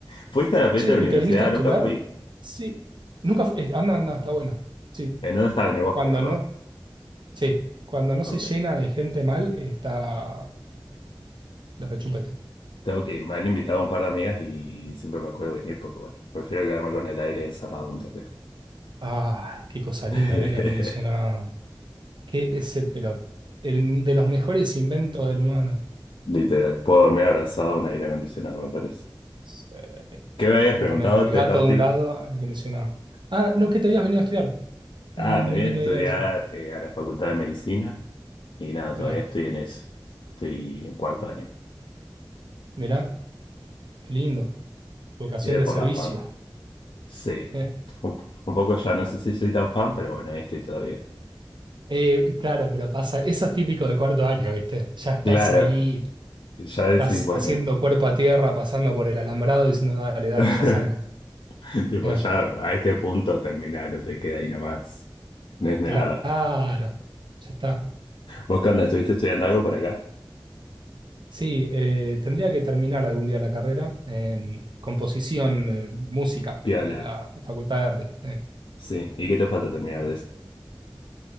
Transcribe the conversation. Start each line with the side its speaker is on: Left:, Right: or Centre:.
Left: ¿Fuiste a la pileta
Right: che,
Left: de
Right: ¿y
Left: la universidad?
Right: te viniste a estudiar?
Left: Nunca fui.
Right: Sí. Nunca fu- eh, Anda, anda, está bueno. Sí.
Left: ¿En dónde estaba? En el bosque,
Right: Cuando
Left: ¿verdad?
Right: no, sí, cuando no se
Left: Ok.
Right: llena de gente mal, está de rechupete.
Left: Tengo que ir. Me han invitado un par de amigas y siempre me acuerdo venir porque, bueno, prefiero quedarme con el aire encerrado un toque.
Right: Ah, qué cosa linda
Left: <laughs>
Right: el aire acondicionado. Qué es el, pero el, de los mejores inventos del humano.
Left: Literal. Puedo dormir abrazado a un aire acondicionado, me parece.
Right: Sí,
Left: ¿Qué me habías
Right: Completamente.
Left: preguntado antes,
Right: Gato
Left: Lauti?
Right: de un lado, aire acondicionado. Ah, no, que te habías venido a estudiar.
Left: Ah,
Right: No, no, no
Left: me vine
Right: tengo
Left: a estudiar
Right: idea de eso.
Left: eh, a la Facultad de Medicina y nada, todavía
Right: Mirá,
Left: estoy en eso. Estoy en cuarto año.
Right: mirá, qué lindo. Vocación
Left: Miré
Right: de
Left: por
Right: servicio.
Left: la fac. Sí.
Right: Eh,
Left: Un, un poco ya, no sé si soy tan fan, pero bueno, ahí estoy todavía.
Right: eh, claro, pero pasa, eso es típico de cuarto año, ¿viste? Ya estás
Left: Claro,
Right: ahí,
Left: ya decís,
Right: estás
Left: bueno,
Right: haciendo cuerpo a tierra, pasando por el alambrado, diciendo, dale, dale,
Left: <laughs>
Right: ya salgo.
Left: tipo,
Right: Eh,
Left: ya a este punto terminaron, te queda ahí nomás. No es nada.
Right: claro, ya está.
Left: ¿Vos qué onda? ¿Estuviste estudiando algo por acá?
Right: Sí, eh, tendría que terminar algún día la carrera en composición, eh, música,
Left: Piola.
Right: en la Facultad de Arte. Eh,
Left: Sí. ¿Y qué te falta terminar de eso?